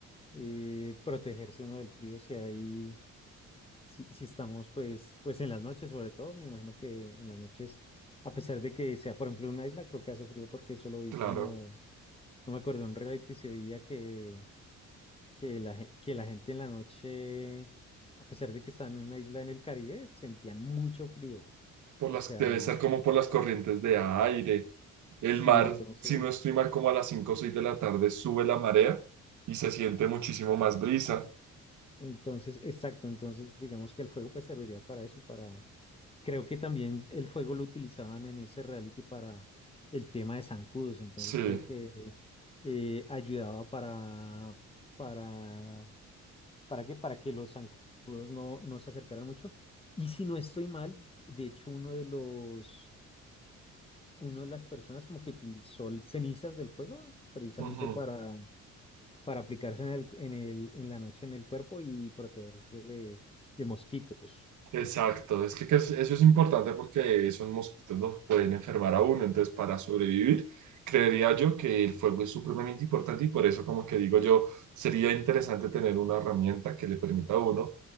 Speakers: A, on the left; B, on the right.
A: eh, protegerse uno del frío si hay, si, si estamos pues, pues en las noches sobre todo, me imagino que en las noches, a pesar de que sea por ejemplo una isla, creo que hace frío porque eso lo vi
B: claro.
A: como, no me acuerdo, en un reality se veía que, que la, gen- que la gente en la noche, a pesar de que estaban en una isla en el Caribe, sentían mucho frío.
B: Por
A: O
B: las,
A: sea,
B: debe ser como
A: como
B: por
A: que
B: las corrientes de aire. El
A: Sí,
B: mar,
A: entonces,
B: si no estoy mal, como a las 5 o 6 de la tarde sube la marea y se siente muchísimo más brisa.
A: entonces, exacto, entonces digamos que el fuego pues serviría para eso, para, creo que también el fuego lo utilizaban en ese reality para el tema de zancudos, entonces
B: Sí,
A: creo que eh, ayudaba para, para, ¿para qué? Para que los zancudos no, no se acercaran mucho. Y si no estoy mal, de hecho uno de los, uno de las personas como que utilizó cenizas del fuego precisamente
B: ujú,
A: para para aplicarse en el, en el, en la noche en el cuerpo y protegerse de, de mosquitos.
B: exacto. Es que, que es- eso es importante porque esos mosquitos los pueden enfermar a uno. Entonces, para sobrevivir, creería yo que el fuego es supremamente importante y por eso, como que digo yo, sería interesante tener una herramienta que le permita a uno